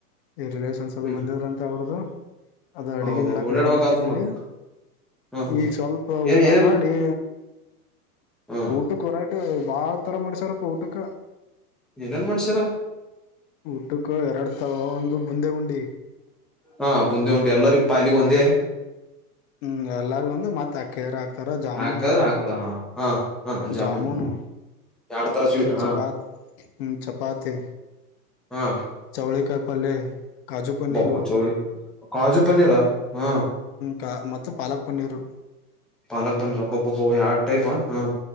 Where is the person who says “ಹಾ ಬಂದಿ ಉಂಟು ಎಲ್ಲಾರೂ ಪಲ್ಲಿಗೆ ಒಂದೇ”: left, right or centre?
Centre